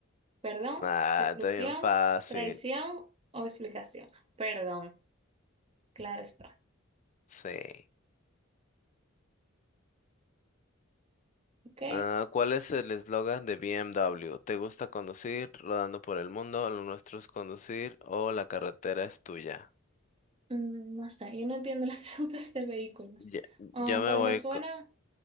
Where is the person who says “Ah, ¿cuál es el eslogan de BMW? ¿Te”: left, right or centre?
Left